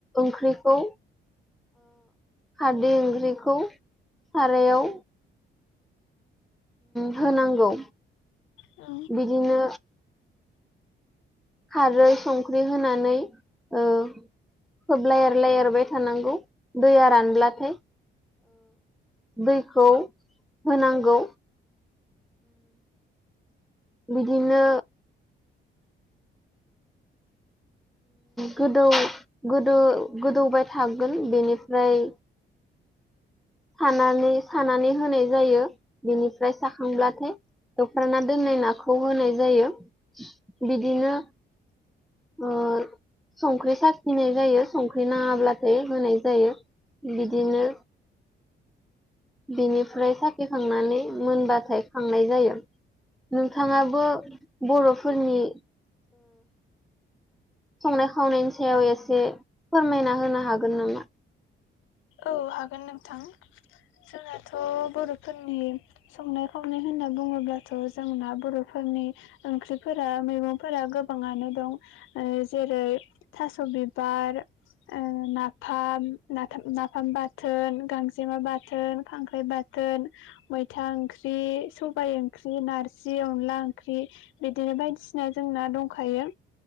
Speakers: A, in the centre; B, on the left.
A: ओंख्रिखौ खारदै ओंख्रिखौ सारायाव होनांगौ
B: औ
A: बिदिनो खारै संख्रि होनानै खोबलााय एरलााय एरबाय थानांगौ दैया रानब्लाथाय दैखौ होनांगौ बिदिनो गोदौ गोद गोदौबाय थागोन बेनिफ्राय सानानै सानानै होनाय जायो बेनिफ्राय साखांब्लाथाय दख'नाना दोननाय नाखौ होनाय जायो बिदिनो आरो संख्रि साखिनाय जायो संख्रि नाङाब्लाथाय होनाय जायो बिदिनो बिनिफ्राय साखिखांनानै मोनबाथाय खांनाय जायो नोंथाङाबो बर'फोरनि संनाय खावनायनि सायाव एसे फोरमायना होनो हागोन नामा
B: औ हागोन नोंथां जोंनाथ' बर'फोरनि संनाय खावनाय होनना बुङोब्ला थ' जोंना बर'फोरनि ओंख्रिफोरा मैगंफोरा गोबाङानो दं जेरै थास' बिबार नाफामफाम नाफाम बाद बाथोन गांजेमा बाथोन खांख्राइ बाथोन मैथा ओंख्रि सबाय ओंख्रि नारजि अनला ओंख्रि बिदिनो बायदिसिना जों ना दंखायो